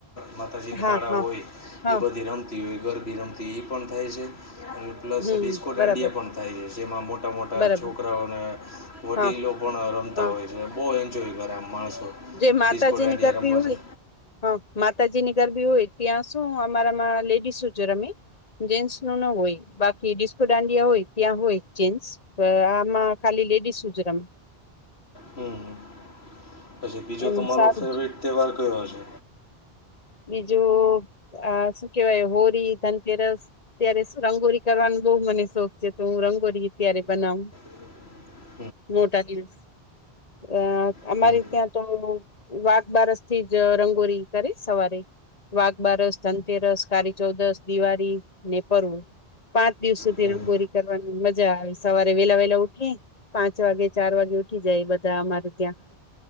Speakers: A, on the left; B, on the left.
A: માતાજીની
B: હા
A: બાળાઓ
B: હા
A: હોય
B: હા
A: એ બધી રમ હોય ઘરબી રમતી એ પણ થાય છે અને પ્લસ
B: હમ
A: ડિસ્કો દાંડિયા
B: બરાબર
A: પણ થાય છે જેમાં મોટા મોટા
B: બરાબર
A: છોકરાઓ અને વડીલો
B: હા
A: પણ રમતા
B: હા
A: હોય છે બહુ એન્જોય કરે માણસો
B: જે માતાજીની
A: ડિસ્કો દાંડિયા
B: ગરબી
A: રમવા
B: હોય.
A: છે
B: હા માતાજીની ઘર બી હોય ત્યાં શું અમારામાં લેડીસું છે રમે જેન્ટ્સ ના હોય બાકી ડિસ્કો દાંડિયા હોય ત્યાં હોય જેન્ટ્સ આમાં ખાલી લેડીસ જ રમે
A: હમ પછી બીજો
B: એમ
A: તમારો
B: સારું
A: ફેવરેટ
B: છે
A: તહેવાર કયો છે?
B: બીજું આ શું કેવાય હોળી, ધનતેરસ અત્યારે શું રંગોળી કરવાનો બહુ મને શોખ છે તો હું રંગોળી અત્યારે બનાવ.
A: <inaudible> <unintelligible>
B: મોટા દિવસ અ અમારે
A: હમ
B: ત્યાં તો વાઘબારસથી જ રંગોળી કરે સવારે વાઘ બારસ, ધનતેરસ, કાળી ચૌદસ દિવાળીને પરવું પાંચ દિવસ સુધી
A: હમ
B: રંગોળી કરવાની મજા આવે સવારે વેલા વેલા ઉઠી પાંચ વાગે ચાર વાગે ઉઠી જાય બધા અમારે ત્યાં